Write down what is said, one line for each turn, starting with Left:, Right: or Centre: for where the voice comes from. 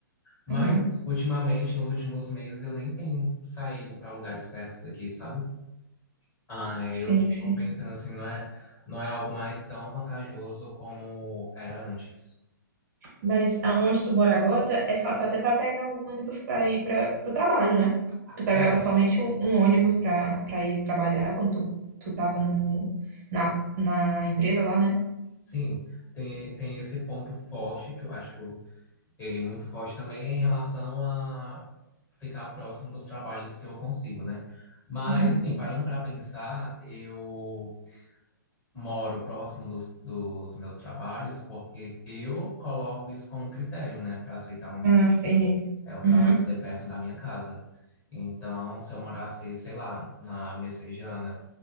Left: Mas
Right: Uhum.
Left: ultimamente, nos últimos meses, eu nem tenho saído para lugares perto daqui, sabe? Aí
Right: Sim,
Left: eu fico
Right: sim.
Left: pensando assim, não é, não é algo mais tão vantajoso como era antes.
Right: Mas aonde tu mora agora é fácil até para pegar o ônibus para ir para o trabalho, né? Tu pegava
Left: É,
Right: somente um, um ônibus para para ir trabalhar quando tu, tu tava no, na, na empresa lá, né?
Left: sim, tem, tem esse ponto forte que eu acho ele muito forte também é em relação a ficar próximo dos trabalhos que eu consigo, né? Mas,
Right: Uhum.
Left: assim, parando para pensar, eu moro próximo dos, dos meus trabalhos porque eu coloco isso como critério, né, para aceitar um,
Right: Ah,
Left: empre-
Right: sim.
Left: é, o trabalho
Right: Uhum.
Left: ser perto da minha casa. Então, se eu morasse, sei lá, na Messejana,